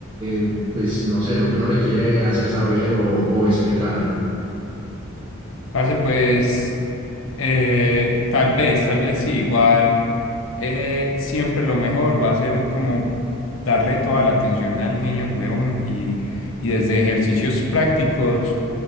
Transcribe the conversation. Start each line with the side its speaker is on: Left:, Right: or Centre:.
Right: eh, pues no sé, lo que uno le quiere hacer saber o o explicarle?
Left: Parce, pues. Eh, tal vez, tal vez sí, igual eh, siempre lo mejor va a ser como darle toda la atención al niño, huevón, y, y desde ejercicios prácticos